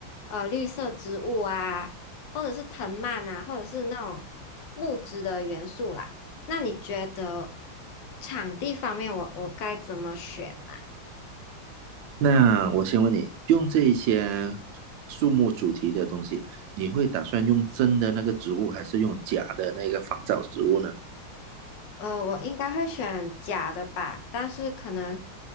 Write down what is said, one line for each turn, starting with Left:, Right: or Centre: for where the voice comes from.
Left: 呃绿色植物啊，或者是藤蔓啊，或者是那种木质的元素啦。那你觉得场地方面我，我该怎么选啊？
Right: 那我先问你，用这些树木主题的东西，你会打算用真的那个植物，还是用假的那个仿造植物呢？
Left: 呃，我应该会选假的吧，但是可能